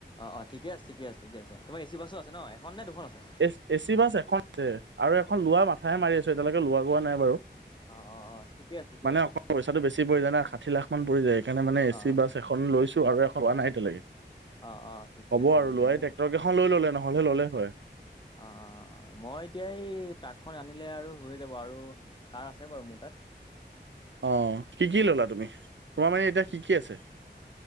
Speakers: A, on the left (about 25°); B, on the right (about 85°).
A: অ' অ' ঠিকে আছে ঠিক আছে ঠিক আছে তোমাৰ চি বাছো আছে ন এখন নে দুখন আছে
B: এ এ চি বাছ এখন আছে আৰু এখন লোৱা মাথাহে মাৰি আছো এতিয়ালৈকে লোৱা গোৱা নাই বাৰু
A: অ অ অ ঠিকে আছে ঠিকে
B: মানে
A: আছে
B: অক পইচাটো বেছি পৰি যায় না ষাঠি লাখ মান পৰি যায় সেইকাৰণে মানে এ
A: অ
B: চি বাছ এখন লৈছো। নাই তেয়ালকে
A: অ অ ঠিকে
B: হব
A: আছে ঠিকে
B: আৰু
A: আছে
B: লোৱাই
A: মোৰ
B: ট্ৰেক্টৰ কেইখন লৈ ললে নহয়। হলে ল'লে হয়।
A: অ' মই এতিয়া এই ট্ৰাকখন আনিলে আৰু হৈ যাব আৰু কাৰ আছে বাৰু মোৰ তাত।
B: অ' কি কি ললা তুমি তোমাৰ মানে এতিয়া কি কি আছে।